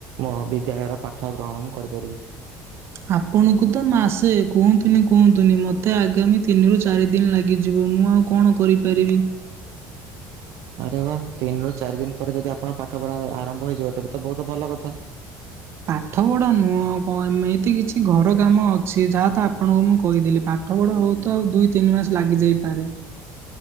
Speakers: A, on the right; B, on the right.
A: ମୋ ବିଦ୍ୟାଳୟର ପାଠ ଗ୍ରହଣ ମୁଁ କରିପାରିବି।
B: ଆପଣଙ୍କୁ ତ ମାସେ କୁହନ୍ତୁନି କୁହନ୍ତୁନି ମୋତେ ଆଗାମୀ ତିନିରୁ ଚାରି ଦିନ ଲାଗିଯିବ ମୁଁ ଆଉ କଣ କରିପାରିବି।
A: ଆରେ ବା ତିନିରୁ ଚାରି ଦିନ ପରେ ଯଦି ଆପଣଙ୍କ ପାଠ ପଢ଼ା ଆରମ୍ଭ ହେଇଯିବ ତେବେ ତ ବହୁତ ଭଲ କଥା।
B: ପାଠ ପଢା ନୁହଁ ଘଏତି କିଛି ଘର କାମ ଅଛି ଯାହା ତ ଆପଣଙ୍କୁ ମୁଁ କହିଦେଲି ପାଠ ପାଠପଢା ହଉ ତ ଆଉ ଦୁଇ ତିନି ମାସ ଲାଗିଯାଇପାରେ।